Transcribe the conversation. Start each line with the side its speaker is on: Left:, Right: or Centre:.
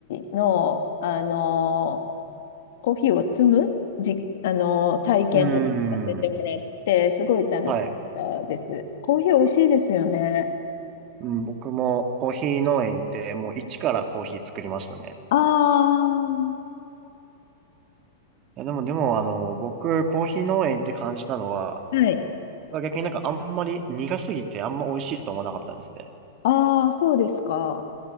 Left: ーの、あのコーヒーを摘むじ、あの、体験とかもさせてもらって、
Right: うーん。
Left: すごい楽しか
Right: はい。
Left: ったです。コーヒー美味しいですよね。
Right: うん、僕もコーヒー農園行ってもう一からコーヒー作りましたね。
Left: ああ
Right: いやでもでもあの、僕コーヒー農園行って感じたのは、
Left: はい。
Right: 僕は逆になんかあんまり苦すぎてあんま美味しいと思わなかったんですね。
Left: ああそうですか。